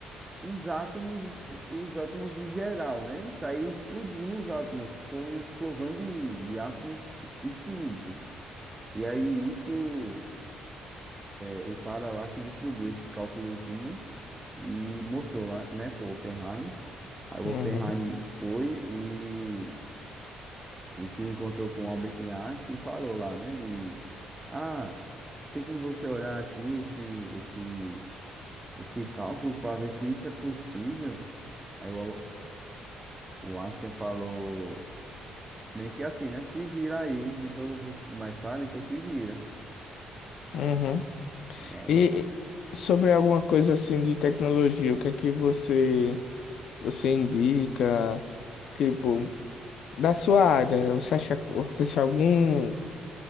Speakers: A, on the right; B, on the left.
A: os átomos, os átomos em geral, né? Sair explodindo os átomos, foi uma explosão de, de átomos infinitos. E aí isso, é, o cara lá que descobriu esse cálculozinho e mostrou lá, né, pro Oppenheim. Aí o
B: Uhum,
A: Oppenheim foi e, e se encontrou com o Albert Einstein e falou lá, né, de, ah, tem como você olhar aqui esse, esse, esse cálculo para ver se isso é possível. Aí o, o, o Einstein falou meio que assim, né? Se vira aí, não foi vocês que começaram, então se vira.
B: uhum.
A: E aí,
B: E e sobre alguma coisa assim de tecnologia, o que é que você você indica? Tipo, da sua área, você acha que aconteceu algum